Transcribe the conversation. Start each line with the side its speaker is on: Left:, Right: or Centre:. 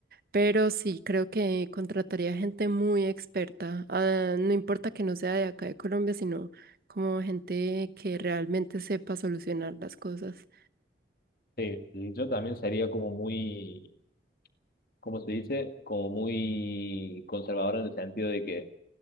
Right: Pero sí, creo que contrataría gente muy experta, ah, no importa que no sea de acá de Colombia, sino como gente que realmente sepa solucionar las cosas.
Left: Sí, y yo también sería como muy, ¿cómo se dice? Como muy conservador en el sentido de que